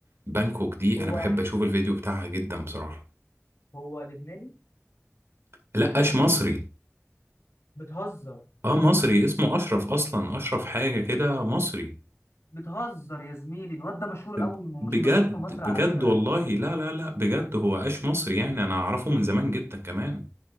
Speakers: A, on the right; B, on the left.
A: بانكوك دي
B: هو
A: انا بحب اشوف الفيديو بتاعها جدا بصراحة
B: هو لبناني
A: لا اش مصري
B: بتهزر
A: اه مصري اسمه اشرف اصلا اشرف حاجة كده مصري
B: بتهزر يا زميلي الواد ده مشهور
A: ب-
B: قوي مش
A: بجد
B: مشهور في مصر على
A: بجد
B: فكره
A: والله لا لا لا بجد هو اش مصري يعني انا اعرفه من زمان جدا كمان